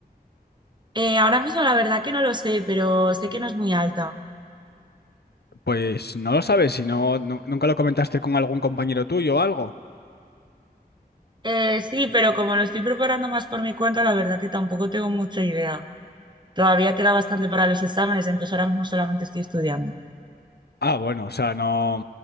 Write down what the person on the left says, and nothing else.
Pues no lo sabes, si no, nu- nunca lo comentaste con algún compañero tuyo o algo.
Ah, bueno, o sea, no,